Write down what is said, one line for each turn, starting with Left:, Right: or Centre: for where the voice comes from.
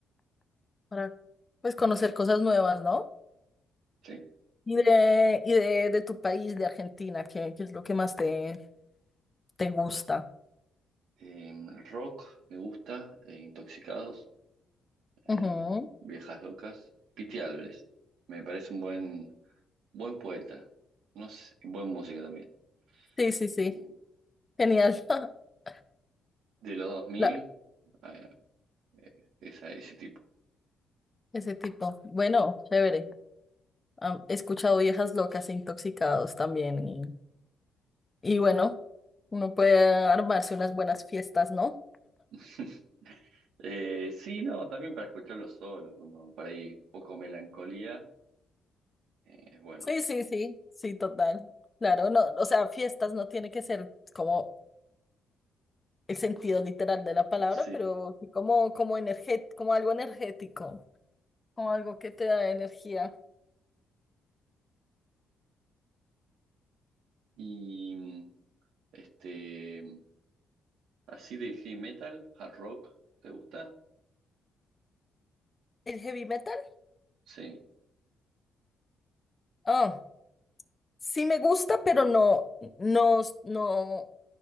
Left: para pues conocer cosas nuevas, ¿no?
Right: sí.
Left: Y de, y de, de tu país, de Argentina, ¿qué, qué es lo que más te, te gusta?
Right: Em, rock me gusta, eh, Intoxicados, em,
Left: Ujú.
Right: Viejas Locas, Pity Álvarez, me parece un buen, buen poeta, no sé, buen músico también.
Left: Sí, sí, sí.
Right: Em,
Left: Genial. <laughs>
Right: de los 2000,
Left: La-
Right: eh, eh, esa- ese tipo.
Left: ese tipo. Bueno, chévere. Am- he escuchado viejas locas e intoxicados también. Y, y bueno, uno puede armarse unas buenas fiestas, ¿no?
Right: <laughs> Eh, sí, no, también para escucharlo solo, como para ahí poco melancolía, eh, es bueno,
Left: Sí, sí, sí, sí, total. Claro, no, o sea, fiestas no tiene que ser como el sentido literal de la palabra,
Right: sí.
Left: pero sí como, como energé- como algo energético, como algo que te da energía.
Right: Y mm, este, así de heavy metal, hard rock, ¿te gusta?
Left: ¿El heavy metal?
Right: Sí,
Left: Ah, sí me gusta, pero no, no, no,